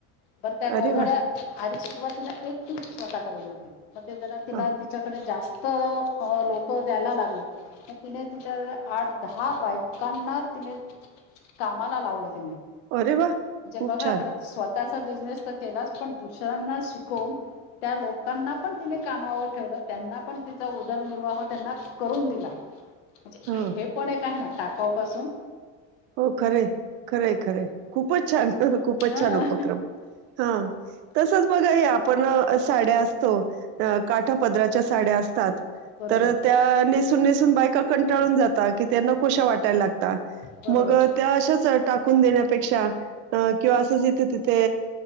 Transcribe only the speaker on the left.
<inaudible> बर त्या गोधळ्या
आधी सुरुवातीला एक ती स्वतः गज होती <inaudible> मग ते जरा
तिला तिच्याकडे जास्त तर लोक द्यायला लागले <inaudible> तिने तिच्या आठ दहा बायकांना तिने <inaudible> <inaudible> कामाला लावलं तिने <inaudible> म्हणजे
बघा
बर स्वतःचा बिझनेस तर केलाच पण दुसऱ्यांना शिकवून त्या लोकांना पण तिने कामावर ठेवलं <inaudible> त्यांना पण तिचा उदरनिर्वाह त्यांना करून दिला <inaudible> म्हणजे
हे पण एक आहे ना टाकावपासून
हा
बरोबर
बरोबर